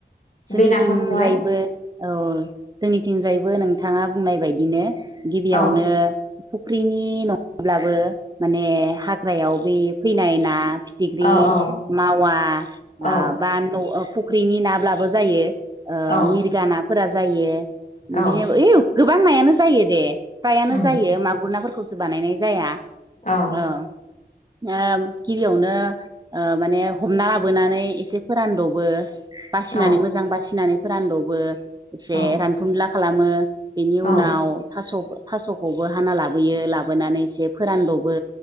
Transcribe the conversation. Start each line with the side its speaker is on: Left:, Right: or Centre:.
Right: जोंनि
Left: बे नाफामखौहाय
Right: थिंजायैबो औ जोंनिथिंजायबो नों थाङा बुंनाय बायदिनो गिबियावनो
Left: औ
Right: फुख्रिनि नङाब्लाबो माने हाग्रायाव बे फैनाय ना फिथिख्रि
Left: औ औ
Right: मावा आ
Left: औ
Right: बा न' ओ फ ख्रिनि नाब्लाबो जायो। ओ
Left: औ
Right: मिरगा नाफोरा जायो।
Left: औ
Right: बियो <unintelligible> गोबां नायानो जायो दे। फ्रायानो
Left: उम
Right: जायो मागुर नाफोर खौसो बानायनाय जाया।
Left: औ
Right: अ ओ गिबियावनो ओ माने हमना लाबोनानै एसे फोरानद'बो बासिनानै
Left: औ
Right: मोजां बासिनानै फोरानद'बो एसे
Left: औ
Right: रानफुंला खालामो बेनि
Left: औ
Right: उनाव थास' थास'खौबो हाना लाबोयो लाबोनानै एसे फोरानद'बो